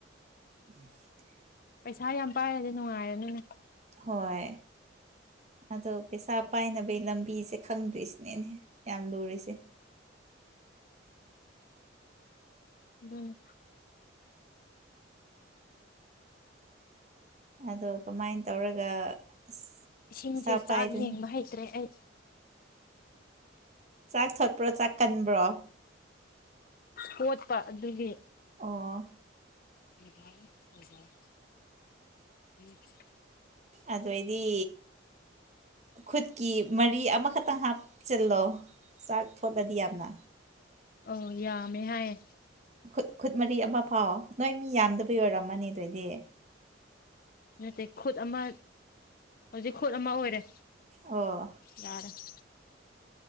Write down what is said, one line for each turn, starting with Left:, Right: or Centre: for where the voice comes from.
Right: ꯎꯝ <inaudible>
Left: ꯄꯩꯁꯥ ꯌꯥꯝ ꯄꯥꯏꯔꯗꯤ ꯅꯨꯡꯉꯥꯏꯔꯅꯤꯅꯦ
Right: ꯍꯣꯏ ꯑꯗꯣ ꯄꯩꯁꯥ ꯄꯥꯏꯅꯕꯒꯤ ꯂꯝꯕꯤꯁꯦ ꯈꯪꯗ꯭ꯔꯤꯁꯤꯅꯦꯅꯦ ꯌꯥꯝ ꯂꯨꯔꯤꯁꯦ
Left: ꯑꯗꯨꯅꯤ
Right: ꯑꯗꯣ ꯀꯃꯥꯏꯅ ꯇꯧꯔꯒ ꯑꯁ
Left: ꯏꯁꯤꯡꯁꯦ
Right: ꯄꯩꯁꯥ ꯄꯥꯏꯗꯣꯏꯅꯣ
Left: ꯆꯥꯛ ꯌꯦꯡꯕ ꯍꯩꯇ꯭ꯔꯦ ꯑꯩ
Right: ꯆꯥꯛ ꯊꯣꯠꯄ꯭ꯔꯣ ꯆꯥꯛ ꯀꯟꯕ꯭ꯔꯣ
Left: ꯊ‌ꯣꯠꯄ ꯑꯗꯨꯒꯤ
Right: ꯑꯣ
Left: ꯃꯣꯕꯥꯏꯜ ꯃꯣꯕꯥꯏꯜ <unintelligible>
Right: ꯑꯗꯨꯏꯗꯤ ꯈꯨꯠꯀꯤ ꯃꯔꯤ ꯑꯃꯈꯛꯇꯪ ꯍꯥꯞ ꯆꯤꯜꯂꯣ ꯆꯥꯛ ꯊꯣꯠꯂꯗꯤ ꯌꯥꯝꯅ
Left: ꯑꯣ ꯌꯥꯝꯃꯦ ꯍꯥꯏꯌꯦ
Right: ꯈꯨꯠ ꯈꯨꯠ ꯃꯔꯤ ꯑꯃ ꯐꯥꯎ ꯅꯣꯏ ꯃꯤ ꯌꯥꯝꯗꯕ‌ꯩ ꯑꯣꯏꯔꯝꯃꯅꯤ ꯑꯗꯨꯏꯗꯤ
Left: ꯅꯠꯇꯦ ꯈꯨꯠ ꯑꯃ ꯍꯧꯖꯤꯛ ꯈꯨꯠ ꯑꯃ ꯑꯣꯏꯔꯦ
Right: ꯑꯣ
Left: ꯌꯥꯔ‌ꯦ